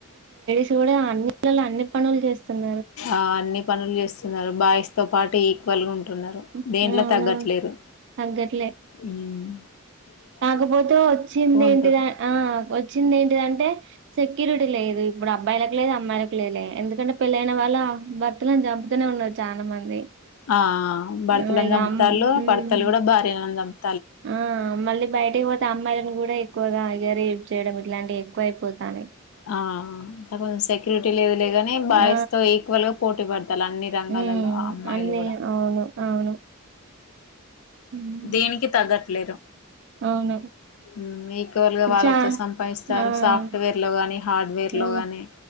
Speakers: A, on the right (about 55°); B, on the left (about 70°).
A: ఈడ అన్ని పిల్లలు అన్ని పనులు చేస్తున్
B: ఆ అన్ని పనులు చేస్తున్నారు బాయ్స్ తో పాటు ఈక్వల్ గా ఉం టున్నారు
A: అవును
B: దేంట్లో తగ్గట్లేరు.
A: తగ్గట్లే
B: ఉమ్
A: కాకపోతే వచ్చిందేంటిది
B: ఉంటారు
A: ఆ వచ్చింది ఏంటిదంటే సెక్యూరిటీ లేదు ఇప్పుడు అబ్బాయిలకు లేదు అమ్మాయిలకు లేదు లే ఎందుకంటే పెళ్లైన వాళ్ళే భర్తలను చంపుతనే న్నారు చాలా మంది
B: ఆ భర్తలని
A: ఆ ఇగ
B: చంపుతాళ్ళు
A: అమ్ ఉమ్
B: భర్తలు గూడా భార్యలని చంప్
A: ఆ మళ్ళీ బయటికి పోతే అమ్మాయి లను గూడా ఎక్కువగా ఇగ రేప్ చేయడం ఇట్లాంటివి ఎక్కువ అయిపోతాన్నై.
B: ఆ <unintelligible> సెక్యూరిటీ లేదులే గాని బాయ్స్
A: ఆ
B: తో ఈక్వల్ గా పోటీ పడతా తాలు అన్ని రంగాలలో
A: ఉమ్
B: అమ్మాయిలు
A: అన్నీ
B: గూడా
A: అవును అవును ఉమ్,
B: దేనికి తగ్గట్లేరు.
A: అవును
B: ఊమ్ ఈక్వల్గా
A: ఇప్పుడు
B: వాళ్ళతో
A: చా
B: సంపాదిస్తారు
A: ఆ
B: సాఫ్ట్వేర్లో గానీ హార్డ్వేర్లో
A: ఆ
B: గానీ